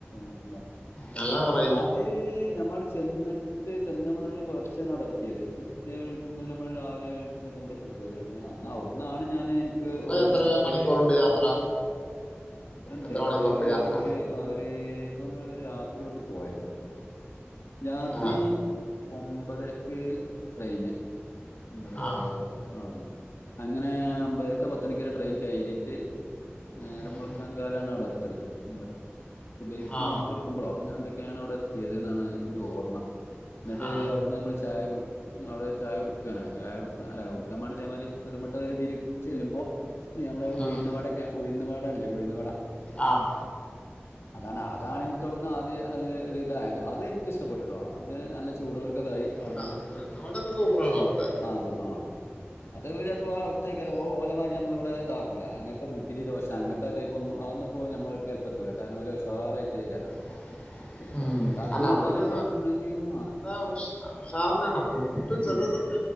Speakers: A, on the left (about 70°); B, on the left (about 25°).
A: മുറ്റ ക്ലാസ്.
B: നല്ല പറ
A: അത് ഞമ്മൾ ചെന്നിട്ട് ചെന്നമ്മള് പുലർച്ചെന അവിടെ എത്തിയത്. കേൾക്കുമ്പോൾ നമ്മൾ രാവിലെ കഴ ബന്ധപ്പെട്ടിയത് എന്ന് അാൽ അവിടന്നാണ് ഞാൻ
B: അത്
A: ഓർമ്മ
B: എത്ര
A: ശരിക്കരു
B: മണിക്കൂറുണ്ട് യാത്ര
A: അത്രണ്ട്
B: എത്ര മണിക്കൂറുണ്ട്
A: അത് ഒര്.
B: യാത്ര
A: അവര് ഇപ്പോം നമ്മൾ രാത്രി ഇവിടുന്ന് പോയത്. രാത്രി
B: ആ
A: ഒമ്പതരക്ക് ട്രെയിന് നമ്മടെ
B: ആ
A: ആന്നെ അങ്ങനെ ഒമ്പരക്ക പത്ത് മണിക്ക ട്രെയിൻ കഴറിയിട്ട്. നേരം
B: ഉം.
A: വെളക്കാൻ കാലാണ് അവിടെ എത്തണത് നമ്മള്. സുബഹിക്ക്
B: ആ
A: ബാങ്ക് കൊടുക്കുഭളോ അങ്ങനെ എന്തൊക്കെയാണ് അവിടെ എത്തിയത്. ന്റെ ഓർമ്മ എന്നിട്ട്
B: ആ
A: അവിടുന്ന്. നമ്മൾ ചായ കൊടു അവിടെ ചായ കുടുക്കുകയാണ് ചായ കൊടുക്ക അല്ല കൊടുക്കാൻ വേ ഇതേമാതിരി ചെറുമട്ട രീതിയിൽ ചെല്ലുമ്പോ ഞമ്മള്
B: ഉം.
A: ഉഴന്ന് വടൊക്കെ ഉഴുന്നു വടല്ലേ ഉഴന്ന് വട.
B: ആഹ്
A: അതാണ് അതാണ് എനിക്ക് വിടുന്ന് ആദ്യ ഇതായത്. അത് ഇഷ്ട പെട്ടിട്ടോ അത് നല്ല ചൂട് ഒട് ക്കതായി. അവിടുന്ന്
B: അല്ല, നാടൊക്കെ സൂപ്പറാണ് അവിടുത്തെ
A: അത് ആ അത് പ്പോ അവിടത്തേക്ക ഓലമാതിരി നമ്മള് ഇവിടെ ഇതകൂല അങ്ങത്തെ നട്ടിലി ദോശ അങ്ങനത്തെ ടൈപ്പ് ഒന്നും അതന്ന ഇപ്പോ നമ്മൾക്ക്. എത്തൂല ഒല് ഉഷാറായിട്ട് കാരം. അത്
B: <inaudible>
A: പിന്നെ ചിലപ്പോ ണ്ടാക്കുന്നത്
B: അല്ല അതുപോലെ
A: കണ്ടാൽ ചിലപ്പോമ്മ എന്തങ്കിലും.
B: <unintelligible> ഉഷാർ തന്നെയാണ് ഫുഡ് ചെലതെ
A: ഉം